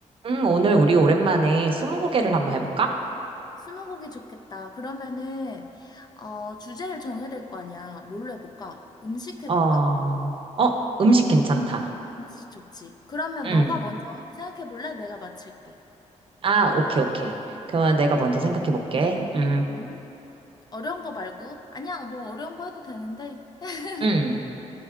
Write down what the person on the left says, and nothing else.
스무고개 좋겠다. 그러면은 어, 주제를 정해야 될 거 아니야. 뭘로 해볼까? 음식 해볼까?
음식 좋지. 그러면
너가 먼저 생각해 볼래? 내가 맞힐게.
음? 어려운 거 말고. 아니야, 뭐 어려운 거 해도 되는데. 해-